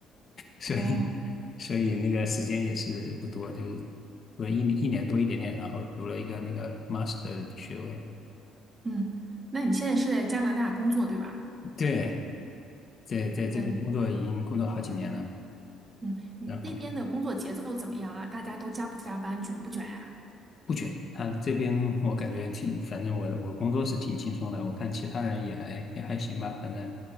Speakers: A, on the left; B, on the right.
A: 所以
B: 哦，
A: 所以那个时间也是不多，就是读了一年一年多一点点，然后读了一个那个 master 的学位。
B: 嗯，那你现在是在加拿大工作对吧？
A: 对，在在这边工作已经工作好几年了，
B: 嗯嗯，你那边的工作节奏怎么样啊？
A: 然后
B: 大家都加不加班，卷不卷呀？
A: 不卷。他这边我感觉挺，反正我我工作是挺轻松的，我看其他人也还也还行吧，反正，